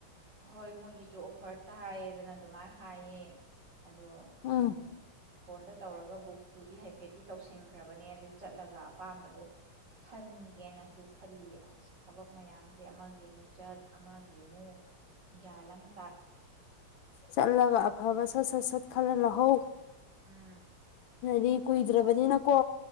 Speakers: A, on the right (about 55°); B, on the left (about 75°).
A: ꯍꯣꯏ ꯃꯣꯏꯒꯤꯁꯨ ꯑꯣꯐꯔ ꯇꯥꯏꯌꯦꯗꯅ ꯑꯗꯨꯃꯥꯏꯅ ꯍꯥꯏꯌꯦ ꯑꯗꯣ
B: ꯎꯝ
A: ꯎ ꯐꯣꯟꯗ ꯇꯧꯔꯒ ꯕꯨꯛꯇꯨꯗꯤ ꯍꯥꯏꯐꯦꯠꯇꯤ ꯇꯧꯁꯤꯟꯈ꯭ꯔꯕꯅꯦ ꯑꯗꯨ ꯆꯠꯂꯒ ꯑꯄꯥꯝꯕꯗꯣ ꯈꯟ ꯦꯅꯁꯨ ꯈꯜꯂꯤ ꯑꯁ ꯊꯕꯛ ꯃꯌꯥꯝꯁꯦ ꯑꯃꯒꯤ ꯑꯃꯨꯛ ꯆꯠ ꯑꯃꯒꯤ ꯑꯃꯨꯛ ꯌꯥ꯭ꯂ ꯃ
B: ꯆꯠꯂꯒꯐꯕꯁ ꯁꯠꯁꯠ ꯈꯂ ꯂꯥꯛ ꯍꯧ
A: ꯎꯝ
B: ꯗꯤ ꯀꯨꯏꯗ꯭ꯔꯕꯅꯤꯅꯀꯣ